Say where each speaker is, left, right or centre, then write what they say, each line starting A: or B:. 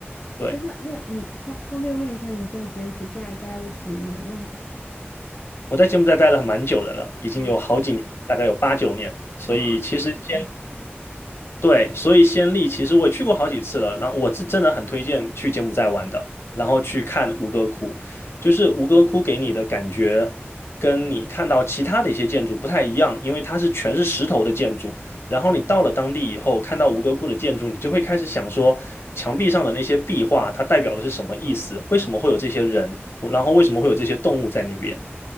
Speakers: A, on the left; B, on the left.
A: 对。
B: 哎，那那你方方便问一下，你在柬埔寨待了几年了吗？
A: 我在柬埔寨待了蛮久的了，已经有好几年，
B: 啊，
A: 大概有八九年。所以其实先
B: 啊，这么长时间。
A: 对，所以先例其实我也去过好几次了。然后我是真的很推荐去柬埔寨玩的，然后去看吴哥窟，就是吴哥窟给你的感觉跟你看到其他的一些建筑不太一样，因为它是全是石头的建筑。然后你到了当地以后，看到吴哥窟的建筑，你就会开始想说，墙壁上的那些壁画，它代表的是什么意思？为什么会有这些人？然后为什么会有这些动物在那边？